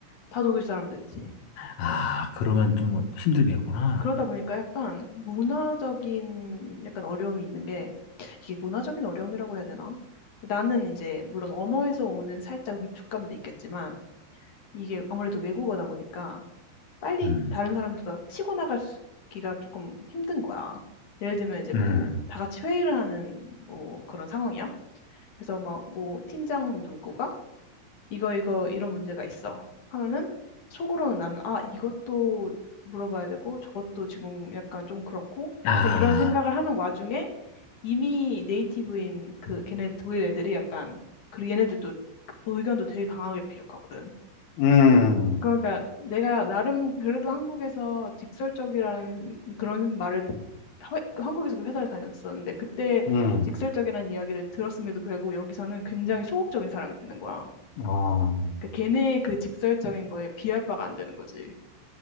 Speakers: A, on the left; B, on the left.
A: 다 독일 사람들이지.
B: 아, 그러면 좀 힘들겠구나.
A: 그러다 보니까 약간 문화적인 약간 어려움이 있는 게 이게 문화적인 어려움이라고 해야 되나? 나는 이제 물론 언어에서 오는 살짝 위축감도 있겠지만 이게 아무래도 외국어다 보니까 빨리
B: 음,
A: 다른 사람들과 치고 나가기가 조금 힘든 거야. 예를 들면 이제
B: 음,
A: 뭐 다 같이 회의를 하는 뭐 그런 상황이야. 그래서 막 뭐 팀장 누구가 이거 이거 이런 문제가 있어 하면은 속으로는 나는 아 이것도 물어봐야 되고 저것도 지금 약간 좀 그렇고
B: 아,
A: 그러니까 이런 생각을 하는 와중에 이미 네이티브인 그 걔네 독일 애들이 약간 그리고 얘네들도 의견도 되게 강하게 필요하거든.
B: 음,
A: 그러니까 내가 나름 그래도 한국에서 직설적이라는 그런 말을 하- 한국에서도 회사를 다녔었는데 그때
B: 음,
A: 직설적이라는 이야기를 들었음에도 불구하고 여기서는 굉장히 소극적인 사람이 되는 거야.
B: 어,
A: 그러니까 걔네의 그 직설적인 거에 비할 바가 안 되는 거지.